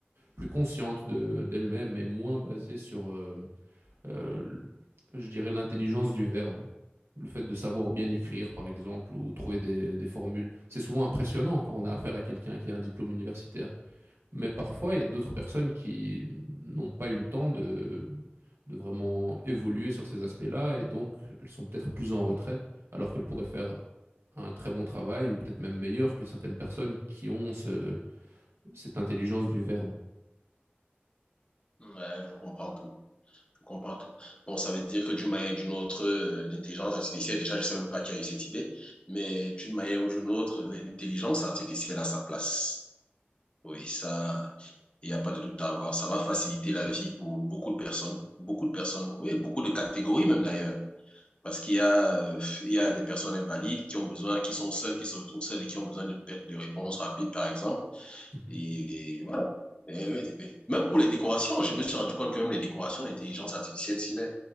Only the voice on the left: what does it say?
Ouais, je comprends tout. Je comprends tout. Bon, ça veut dire que d'une manière ou d'une autre, euh, l'intelligence artificielle, déjà, je ne sais même pas qui a eu cette idée, mais d'une manière ou d'une autre, l'intelligence artificielle a sa place. Oui, ça, il n'y a pas de doute à avoir. Ça va faciliter la vie pour beaucoup de personnes, beaucoup de personnes, oui, beaucoup de catégories même d'ailleurs. Parce qu'il y a, euh, il y a des personnes invalides qui ont besoin, qui sont seules, qui se retrouvent seules et qui ont besoin de, de réponses rapides, par exemple.
Et, et voilà. Et oui, et oui. Même pour les décorations, je me suis rendu compte que même les décorations, l'intelligence artificielle s'y met.